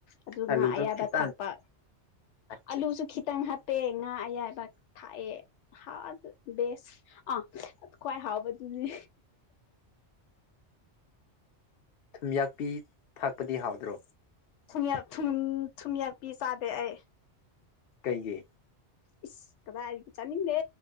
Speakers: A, on the left; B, on the left.
A: ꯑꯗꯨꯒ
B: ꯑꯂꯨꯗꯣ
A: ꯉꯥ ꯑꯌꯥꯏꯕ
B: ꯈꯤꯇꯪ
A: ꯊꯥꯛꯄ
B: ꯑꯠꯆꯥ
A: ꯑꯂꯨꯁꯨ
B: ꯑꯠꯆꯥ
A: ꯈꯤꯇꯪ ꯍꯥꯞ ꯄꯦ ꯉꯥ ꯑꯌꯥꯏꯕꯥꯛ ꯊꯥꯛꯑꯦ ꯍꯥ ꯕꯦꯁ ꯑꯥ ꯈꯋꯥꯏ ꯍꯥꯎꯕꯗꯨꯅꯦ
B: ꯊꯨꯝꯌꯥꯛꯄꯤ ꯊꯥꯛꯄꯗꯤ ꯍꯥꯎꯗ꯭ꯔꯣ
A: ꯊꯨꯝ ꯌꯥꯛ ꯊꯨꯝ ꯊꯨꯝꯌꯥꯛꯄꯤ ꯆꯥꯗꯦ ꯑꯩ
B: ꯀꯩꯒꯤ
A: ꯏꯁ ꯀꯗꯥꯏꯗꯤ ꯆꯥꯅꯤꯡꯗꯦ